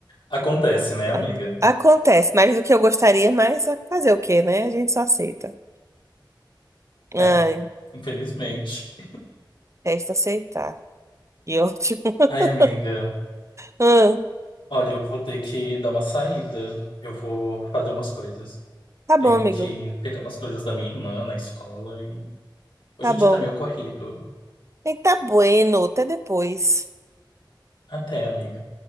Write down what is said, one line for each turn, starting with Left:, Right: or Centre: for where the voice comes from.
Left: acontece, né, amiga?
Right: A- Acontece, mais do que eu gostaria, mas fazer o quê, né? A gente só aceita. Ai,
Left: É, infelizmente.
Right: resta aceitar. Que ótimo. <laughs>
Left: Ai, amiga,
Right: Ah,
Left: olha, eu vou ter que dar uma saída. Eu vou fazer umas coisas.
Right: tá bom,
Left: Tenho
Right: amigo.
Left: que pegar umas coisas da minha irmã na escola e hoje
Right: Tá
Left: o
Right: bom.
Left: dia tá meio corrido.
Right: Eita, bueno. Até depois.
Left: Até, amiga.